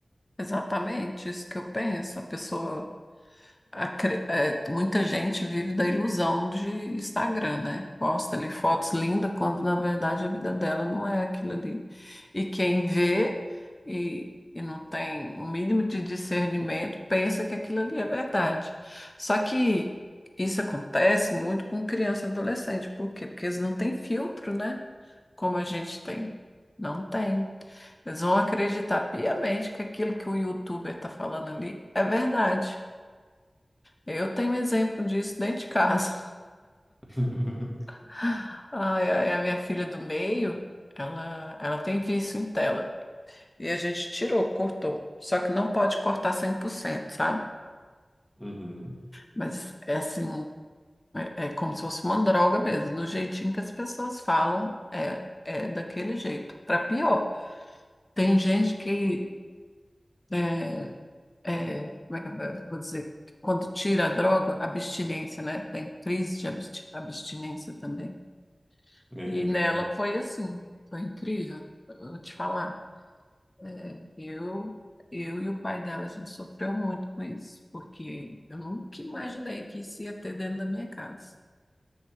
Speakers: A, on the left (about 25°); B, in the centre.
A: Exatamente isso que eu penso. A pessoa acre- é, muita gente vive da ilusão de Instagram, né? Posta ali fotos lindas, quando na verdade a vida dela não é aquilo ali. E quem vê e, e não tem o mínimo de discernimento pensa que aquilo ali é verdade. Só que isso acontece muito com criança e adolescente. Por quê? Porque eles não têm filtro, né? Como a gente tem. Não tem. Eles vão acreditar piamente que aquilo que o YouTuber está falando ali é verdade. Eu tenho um exemplo disso dentro de casa.
B: <laughs>
A: <laughs> Ai, ai, a minha filha do meio, ela, ela tem vício em tela. E a gente tirou, cortou. Só que não pode cortar 100%, sabe?
B: Uhum,
A: Mas é assim, é, é como se fosse uma droga mesmo. Do jeitinho que as pessoas falam, é, é daquele jeito. Para pior, tem gente que, é, é, como é que eu vou dizer? Quando tira a droga, abstinência, né? Tem crise de absti- abstinência também.
B: é
A: E
B: verdade.
A: nela foi assim, foi incrível, eu vou te falar. É, eu, eu e o pai dela, a gente sofreu muito com isso, porque eu nunca imaginei que isso ia ter dentro da minha casa.